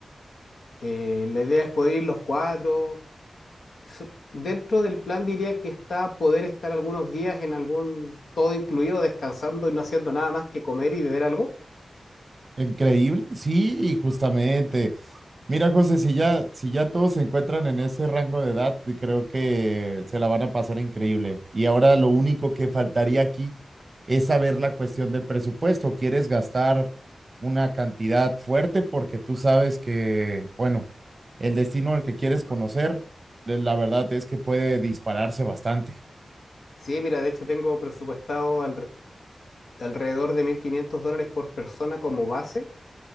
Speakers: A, on the left (about 80°); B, on the right (about 40°).
A: Eh, la idea es poder ir los cuatro. So- Dentro del plan diría que está poder estar algunos días en algún todo incluido, descansando y no haciendo nada más que comer y beber algo.
B: Increíble, sí, justamente. Mira, José, si ya, si ya todos se encuentran en ese rango de edad, y creo que se la van a pasar increíble. Y ahora lo único que faltaría aquí es saber la cuestión del presupuesto. ¿Quieres gastar una cantidad fuerte? Porque tú sabes que, bueno, el destino al que quieres conocer, eh, la verdad es que puede dispararse bastante.
A: Sí, mira, de hecho tengo presupuestado al- alrededor de 1.500 dólares por persona como base